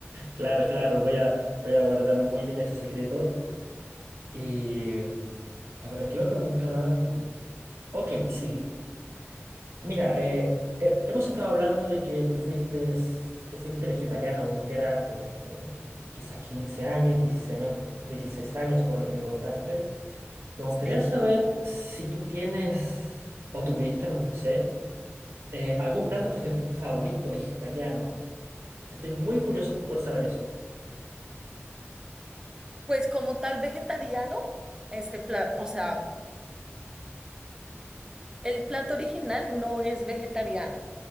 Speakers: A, on the right (about 85°); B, on the right (about 15°).
A: Claro, claro, voy a, voy a guardar muy bien ese secreto. Y, a ver, te iba a preguntar algo. Ok, sí. Mira, eh, he- hemos estado hablando de que tú fuiste, tú fuiste vegetariano un gran tiempo, un- quizás 15 años, dieciséis años, 16 años, por lo que me contaste. Me gustaría
B: Sí,
A: saber si tú tienes, o tuviste, no sé, eh, algún plato fe- favorito vegetariano. Estoy muy curioso por saber eso.
B: pues como tal vegetariano, este plato, o sea, el plato original no es vegetariano,